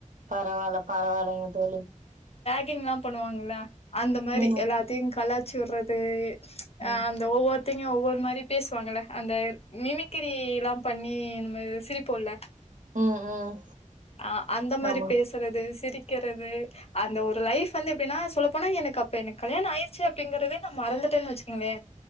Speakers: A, on the right; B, on the left.
A: பரவால்ல பரவால்லைங்க தோழி
B: <unintelligible> பண்ணுவாங்கள அந்த மாரி
A: ம்
B: எல்லாத்தையு கலாச் சுட்றது ம்ச்
A: ம்
B: ஆம் அந்த ஒவ்வொருத்தைங் நியோ ஒவ்வொரு மாரி பேசுவாங்கள அந்த மிமிக் கிரில்லா பண்ணி <unintelligible> சிரிப்போல
A: ம் ம்
B: ஆ அந்த மாரி
A: ஆமா
B: பேசுறது சிரிக் க்கிறது அந்த ஒரு லைப் வந்து எப்டின்னா சொல்லப்போனா எனக்கு அப்ப எனக்கு கல்யாணோ ஆய்டுச்சு அப்டிங்கறதே நா மறந்துட்டேன்னு வச்சுக்கங்களே